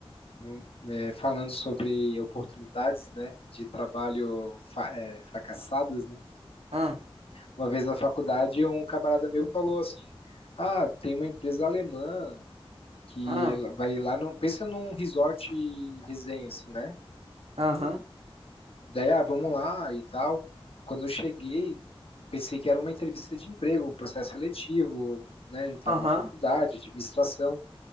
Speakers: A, on the left (about 70°); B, on the right (about 85°).
A: um, é, falando sobre oportunidades, né, de trabalho fa- é, fracassadas, né?
B: ah,
A: Uma vez na faculdade, um camarada meu falou assim, ah, tem uma empresa alemã que
B: ah,
A: ela vai lá, no, pensa num resort resenha, assim, né?
B: aham,
A: Daí, ah, vamos lá e tal. Quando eu cheguei, pensei que era uma entrevista de emprego, um processo seletivo, né? A gente tava
B: aham,
A: na faculdade, administração.